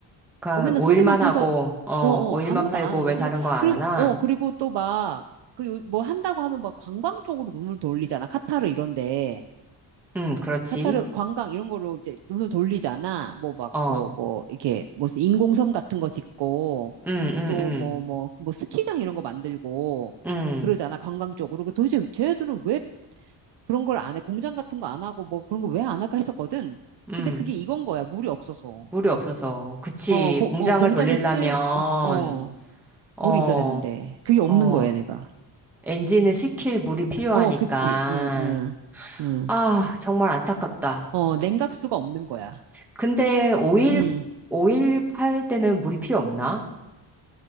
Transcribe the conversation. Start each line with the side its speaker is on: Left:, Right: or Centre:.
Centre: 그
Right: 그러니까 맨날
Centre: 오일만
Right: 석유만 파서,
Centre: 하고, 어,
Right: 어, 어,
Centre: 오일만
Right: 아무것도
Centre: 팔고
Right: 안 하는
Centre: 왜
Right: 거. 그리고,
Centre: 다른 거 안
Right: 그리고,
Centre: 하나?
Right: 어, 그리고 또 막, 그 뭐 한다고 하면 막 관광 쪽으로 눈을 돌리잖아. 카타르 이런데.
Centre: 음, 그렇지.
Right: 카타르 관광 이런 거로 이제 눈을 돌리잖아. 뭐 막,
Centre: 어,
Right: 뭐, 뭐, 이렇게 무슨 인공섬 같은 거 짓고.
Centre: 음, 음,
Right: 또
Centre: 음,
Right: 뭐, 뭐, 뭐 스키장 이런 거 만들고
Centre: 음,
Right: 그러잖아. 관광 쪽으로. 그 도대체 쟤네들은 왜 그런 걸 안 해? 공장 같은 거 안 하고 뭐 그런 거 왜 안 할까 했었거든.
Centre: 음.
Right: 근데 그게 이건 거야. 물이 없어서.
Centre: 물이 없어서. 그치.
Right: 어, 고-
Centre: 공장을
Right: 어, 공장에
Centre: 돌리려면,
Right: 쓸, 어, 어,
Centre: 어,
Right: 물이 있어야 되는데. 그게 없는
Centre: 어,
Right: 거야, 내가.
Centre: 엔진을 식힐 물이 필요하니까.
Right: 어, 그치. 응, 응, 응.
Centre: 아, 정말 안타깝다.
Right: 어, 냉각수가 없는 거야.
Centre: 근데 오일,
Right: 응.
Centre: 오일 팔 때는 물이 필요 없나?